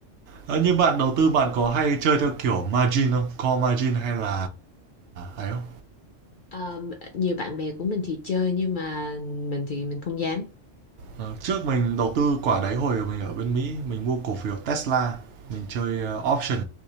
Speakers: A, on the right (about 70°); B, on the left (about 60°).
A: Ơ, như bạn đầu tư bạn có hay chơi theo kiểu margin không? Call margin hay là ấy không?
B: Ờ, nhiều bạn bè của mình thì chơi nhưng mà mình thì mình không dám
A: Ờ, trước mình đầu tư quả đấy hồi mình ở bên Mỹ, mình mua cổ phiếu Tesla, mình chơi, ơ, option.